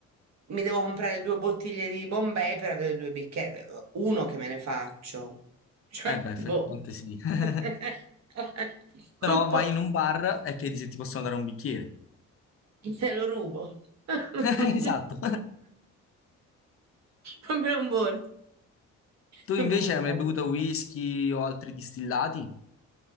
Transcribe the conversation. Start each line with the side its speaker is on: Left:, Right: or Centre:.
Right: mi devo comprare due bottiglie di Bombay per avere due bicchieri. Uno che me ne faccio. Cioè,
Left: Eh beh, effettivamente
Right: boh.
Left: sì. <laughs>
Right: <laughs>
Left: Se
Right: Non
Left: no
Right: posso.
Left: vai in un bar e chiedi se ti possono dare un bicchiere.
Right: Te lo rubo. <laughs>
Left: <laughs> Esatto.
Right: Proprio un borso.
Left: Tu
Right: È
Left: invece
Right: Buffo.
Left: hai mai bevuto whisky o altri distillati?